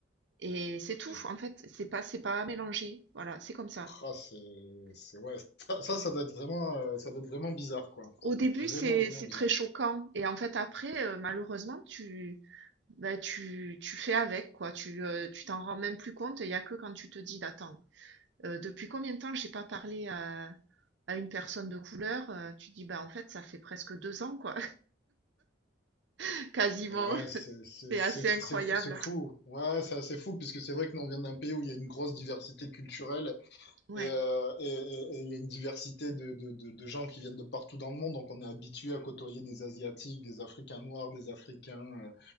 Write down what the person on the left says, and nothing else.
Et
ah, c'est, c'est ouais. Ça, ça, ça doit être vraiment, euh, ça doit être vraiment bizarre, quoi.
Ça doit
être vraiment,
vraiment
bizarre.
Ouais, c'est c'est-
c'est
fou,
c'est fou, c'est fou. Ouais, c'est assez fou puisque c'est vrai que nous on vient d'un pays où il y a une grosse diversité culturelle
et, euh, et, et- et il y a une diversité de, de, de, de gens qui viennent de partout dans le monde. Donc on est habitué à côtoyer des Asiatiques, des Africains noirs, des Africains